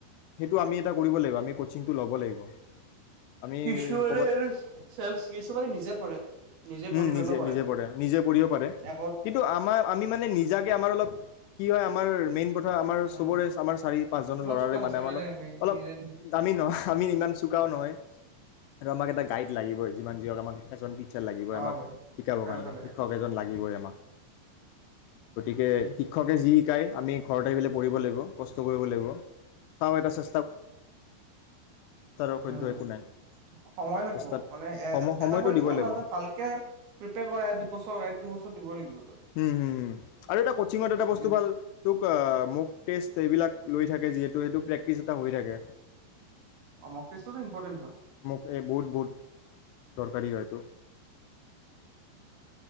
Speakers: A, on the left; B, on the right.
A: হে টো আমি এটা কৰিব লাগিব, আমি কোচিং টো ল'ব লাগিব। আমি
B: কিছুমানে
A: ক'ৰবাত
B: এনে <unintelligible> কিছুমানে নিজে পঢ়ে, নিজে
A: উম
B: পঢ়ি পেলাই কৰে
A: নিজে পঢ়ে নিজে পঢ়িব পাৰে
B: এ
A: কিন্তু আমাৰ, আমি মানে নিজাকে আমাৰ অলপ, কি হয় আম আমাৰ মেইন ধৰা, আমাৰ
B: উম
A: সবৰে আমাৰ চাৰি পাঁচজন
B: ইমান
A: লৰাৰে
B: চোকা নাছিলো
A: মানে, আমাৰ অল
B: দে আমি
A: অলপ
B: নিজে
A: দামী ন', আমি ইমান চোকাও নহয় আৰু আমাক এটা গাইড লাগিবই যিমান যি হক আমা এজন টিচাৰ লাগিবই
B: অ
A: আমাক
B: বাইদেউ
A: শিকাবৰ
B: আৰু
A: কাৰণে,
B: এটা লাগে
A: শিক্ষক এজন লাগিবই আমাক। গতিকে শিক্ষকে যি শিকায়, আমি ঘৰত আহি পেলাই পঢ়িব লাগিব। কষ্ট কৰিব লাগিব, চাওঁ এটা চে অসাধ্য
B: উম,
A: একো নাই
B: সময় লাগিব
A: চেষ্টাত
B: মানে এ-এ-এটা
A: সম সময়টো
B: পৰীক্ষা
A: দিব
B: নহয়
A: লাগিব
B: তই ভালকে প্ৰিপেয়াৰ কৰা এক, দুবছৰ এক, দুবছৰ <unintelligible> দিবই লাগিব। তই
A: হম, হম, হম, আৰু এটা কোচিংত এটা
B: এক
A: বস্তু
B: দুই
A: ভাল তোক আ, মোক টেষ্ট এইবিলাক লৈ থাকে যিহেতু এইটো প্ৰেক্টিচ এটা হৈ থাকে,
B: অ মক টেষ্টটো ইম্পৰ্টেণ্ট হয়
A: মোক এই বহুত, বহুত দৰকাৰী হয়তো